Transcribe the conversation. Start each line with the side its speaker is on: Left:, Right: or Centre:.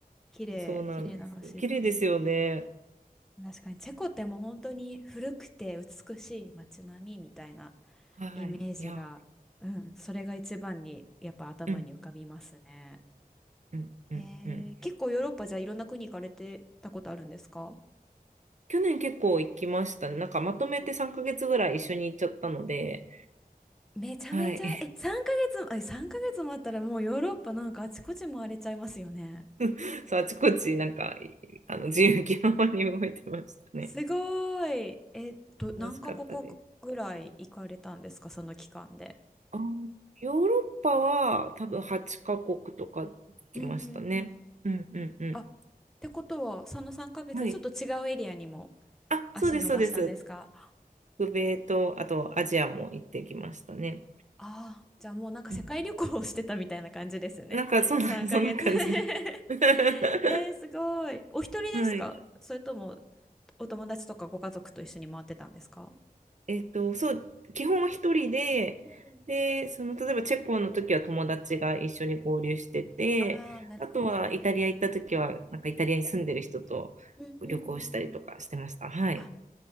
Centre: 綺麗、
Right: そうなんです。
Centre: 綺麗な橋だ。
Right: 綺麗ですよね。
Centre: 確かにチェコってもう本当に古くて美しい街並みみたいな
Right: はい、
Centre: イメージが、
Right: いや、
Centre: うん、それが一番にやっぱ頭に浮かびますね。
Right: うんうんうんうん。
Centre: えー、結構ヨーロッパじゃあいろんな国行かれてたことあるんですか
Right: 去年結構行きましたね。なんかまとめて3ヶ月ぐらい一緒に行っちゃったので、
Centre: めちゃめちゃ、
Right: はい。
Centre: え、3ヶ月、あ、3ヶ月もあったらもうヨーロッパなんかあちこち回れちゃいますよね。
Right: <laughs> そう、あちこち、なんか、いあの、自由気ままに動いてましたね。
Centre: すごい。え、
Right: <laughs>
Centre: ど、
Right: 楽しかったです。
Centre: 何カ国ぐらい行かれたんですかその期間で。
Right: あ、ヨーロッパは多分8カ国とか行きましたね。
Centre: うんうんうん。
Right: うんうんう
Centre: あってことは、その3ヶ月でちょっと違うエリアにも
Right: ん。はい。あ、
Centre: 足伸ばしたんですか
Right: そうです、そうです。北米と、あとアジアも行ってきましたね。
Centre: ああ、じゃあもうなんか世界旅行をしてたみたいな感じですね。
Right: うん。なんか、そんな、
Centre: <laughs> 3ヶ月
Right: そんな感じです。
Centre: <laughs>
Right: <laughs>
Centre: えー、すごい。お一人ですかそれとも
Right: はい。
Centre: お友達とかご家族と一緒に回ってたんですか
Right: えっと、そう、基本は一人で、
Centre: うん
Right: で、その、例えばチェコの時は友達が一緒に合流してて、
Centre: ああー、なるほど。
Right: あとはイタリア行った時は、なんかイタリアに住んでる人と
Centre: うんうんうんうん。
Right: 旅行したりとかしてました。はい。
Centre: あ、